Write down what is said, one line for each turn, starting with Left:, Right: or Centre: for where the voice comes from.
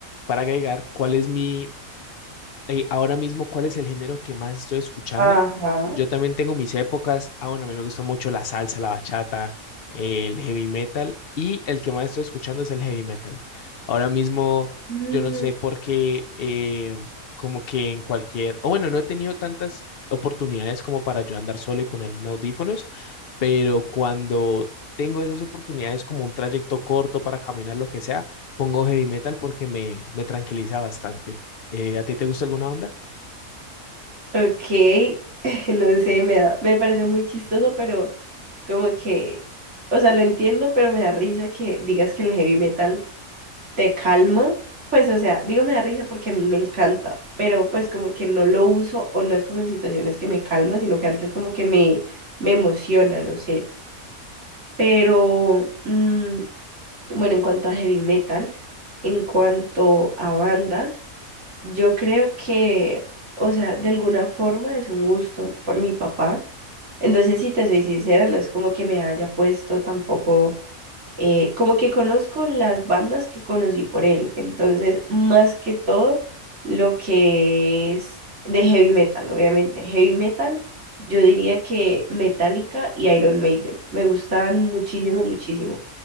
Left: para agregar, ¿cuál es mi, eh, ahora mismo, ¿cuál es el género que más estoy escuchando?
Right: ajá.
Left: Yo también tengo mis épocas. Ah, bueno, a mí me gusta mucho la salsa, la bachata, eh, el heavy metal y el que más estoy escuchando es el heavy metal. Ahora mismo,
Right: Mm,
Left: yo no sé por qué, eh, como que en cualquier, o bueno, no he tenido tantas oportunidades como para yo andar solo y ponerme audífonos, pero cuando tengo esas oportunidades como un trayecto corto para caminar, lo que sea, pongo heavy metal porque me, me tranquiliza bastante. Eh, ¿a ti te gusta alguna banda?
Right: ok, <laughs> no sé, me da, me parece muy chistoso, pero como que, o sea, lo entiendo, pero me da risa que digas que el heavy metal te calma. Pues, o sea, digo me da risa porque a mí me encanta, pero pues como que no lo uso o no es como en situaciones que me calma, sino que antes como que me, me emociona, no sé. Pero, mm, bueno, en cuanto a heavy metal, en cuanto a bandas, yo creo que, o sea, de alguna forma es un gusto por mi papá. Entonces, si te soy sincera, no es como que me haya puesto tampoco eh, como que conozco las bandas que conocí por él, entonces más que todo lo que es de heavy metal, obviamente, heavy metal, yo diría que Metallica y Iron Maiden, me gustaban muchísimo, muchísimo.